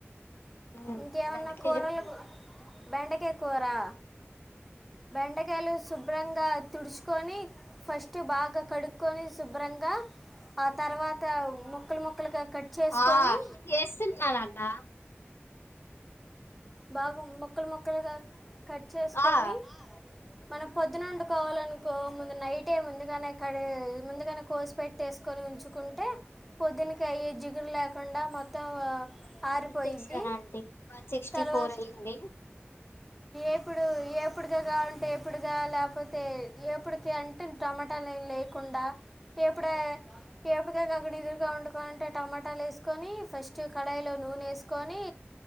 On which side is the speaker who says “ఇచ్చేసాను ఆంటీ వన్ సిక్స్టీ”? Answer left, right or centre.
Left